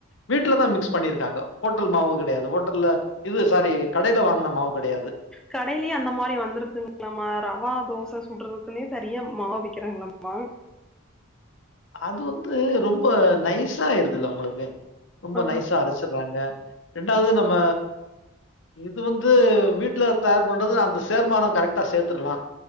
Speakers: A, on the left (about 60°); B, in the centre.
A: வீட்லதா
B: செஞ்சு
A: மிக்ஸ் பண்ணிருக்காங்க ஹோட்டல் மாவு கெடையாது ஹோட்டல்ல இது சாரி கடைல வாங்குன மாவு கெடையாது
B: கடைலயே அந்த மாரி வந்திருக்குங்ளாமா ரவா தோச சுட்றதுக்குனே தனியா மாவு விக்கிறாங்ளாமா
A: அது வந்து ரொம்ப நைஸாயிருதுல உங்களுக்கு ரொம்ப
B: ஆ
A: நைஸா அரைச்சுட்றாங்க ரெண்டாவது நம்ம இது வந்து வீட்ல தயார் பண்றது அந்த சேர்மானம் கரெக்டா சேத்துர்லா